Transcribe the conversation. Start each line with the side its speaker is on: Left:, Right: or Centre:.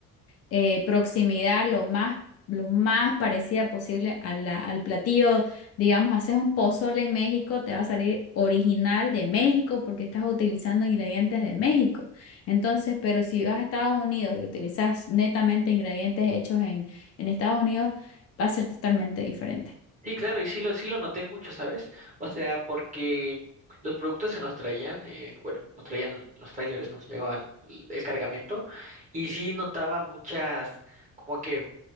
Left: eh, proximidad lo más, lo más parecida posible a la- al platillo. Digamos, haces un pozole en México, te va a salir original de México porque estás utilizando ingredientes de México. Entonces, pero si vas a Estados Unidos y utilizas netamente ingredientes hechos en, en Estados Unidos, va a ser totalmente diferente.
Right: Sí, claro, y sí lo, sí lo noté mucho, ¿sabes? O sea, porque los productos se nos traían, eh, bueno, nos traían los trailers, nos llevaban l- el cargamento, y sí notaba muchas, como que,